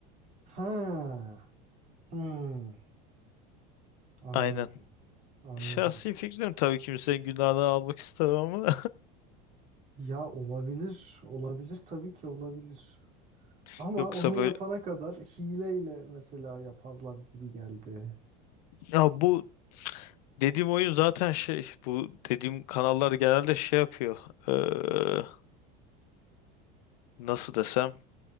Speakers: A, on the right; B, on the left.
A: Ha. Hmm. Anladım.
B: Aynen.
A: Anladım.
B: Şahsi fikrim tabii kimsenin günahını almak istemem ama
A: Ya olabilir, olabilir tabii ki olabilir.
B: <laughs>
A: Ama
B: yoksa
A: onu yapana
B: böyle
A: kadar hileyle mesela yaparlar gibi geldi.
B: ya bu dediğim oyun zaten şey bu dediğim kanallar genelde şey yapıyor Ee, nasıl desem